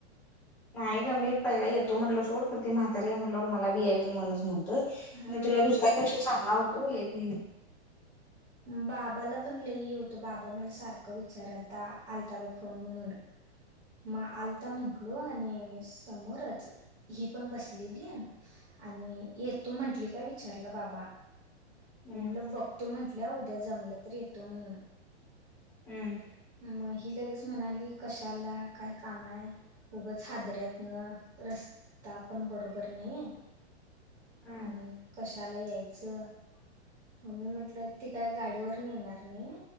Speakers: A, in the centre; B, on the right.
A: नाही ग मी पहिला येतो म्हटलं सोडखरती म्हातारी आहे म्हटलंवर मला बियच मनच नव्हं.
B: हा
A: मी तुला
B: मग
A: दुसऱ्या दिवशी सांगणार होतो येत.
B: बाबाला पण लई ये होतो बाबा मला सारखं विचारालता आलता काय फोन म्हणून. मग आलता म्हंटलो आणि समोरच ही पण बसलेली आहे. आणि येतो म्हंटली का विचारला बाबा
A: हम्म
B: म्हटलं बघ. तो म्हंटल्या उद्या जमला तर येतो म्हणून.
A: हम्म.
B: मग ही लगेच म्हणाली कशाला काय काम आहे. उगच हादऱ्यातन रस्ता पण बरोबर नाहीये.
A: हम्म
B: आणि कशाला यायचं? मम्मी म्हंटलं ती काय गाडीवरून येणार नाही.